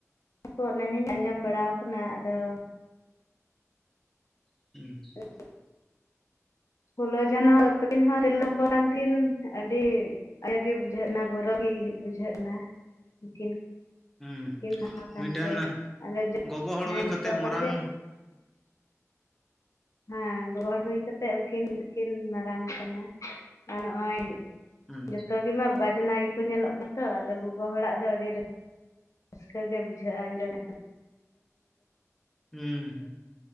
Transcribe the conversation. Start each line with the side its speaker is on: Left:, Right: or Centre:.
Left: ᱠᱚ ᱚᱱᱟᱞᱤᱧ ᱟᱸᱡᱚᱢ ᱵᱟᱲᱟᱣ ᱠᱟᱱᱟ ᱟᱫᱚ ᱾
Centre: <inaudible>
Left: <inaudible> ᱯᱷᱩᱞᱚ ᱡᱷᱟᱱᱚ ᱛᱟᱠᱤᱱ ᱦᱚᱸ ᱛᱤᱨᱞᱟᱹ <inaudible> ᱠᱟᱱ ᱠᱤᱱ ᱟᱹᱰᱤ ᱟᱭᱟᱜ ᱜᱤ ᱵᱩᱡᱷᱟᱹᱜᱼᱱᱟ ᱜᱚᱨᱚ ᱜᱤ ᱵᱩᱡᱷᱟᱹᱜᱼᱱᱟ ᱱᱩᱠᱤᱱ ᱾
Centre: ᱦᱩᱸ
Left: ᱠᱤᱱ <inaudible> ᱠᱟᱱᱛᱮ
Centre: ᱢᱤᱫᱴᱮᱱ
Left: ᱟᱫᱚ ᱡᱚᱜ
Centre: ᱜᱚᱜᱚ ᱦᱚᱲ
Left: ᱦᱮᱸ
Centre: ᱦᱩᱭ
Left: ᱡᱚᱛᱚ
Centre: ᱠᱟᱛᱮᱫ
Left: ᱦᱚᱲᱜᱮ
Centre: ᱢᱟᱨᱟᱝ
Left: ᱾ ᱦᱮᱸ <inaudible> ᱦᱩᱭ ᱠᱟᱛᱮᱜ ᱩᱱᱠᱤᱱ ᱠᱤᱱ ᱢᱟᱨᱟᱝ ᱠᱟᱱᱟ ᱟᱨ ᱱᱚᱜᱼᱚᱭ
Centre: ᱦᱩᱸ
Left: ᱡᱚᱛᱚ ᱜᱮᱢᱟ ᱵᱟᱡᱽᱱᱟᱭ ᱜᱮᱠᱚ ᱧᱮᱞᱚᱜ ᱠᱟᱱᱟ ᱛᱚ ᱟᱫᱚ ᱜᱚᱜᱚ ᱦᱚᱲᱟᱜ ᱫᱚ ᱟᱹᱰᱤ ᱨᱟᱹ ᱨᱟᱹᱥᱠᱟᱹ ᱜᱮ ᱵᱩᱡᱷᱟᱹᱜᱼᱟ <inaudible>
Centre: ᱦᱩᱸ ᱦᱩᱸᱜ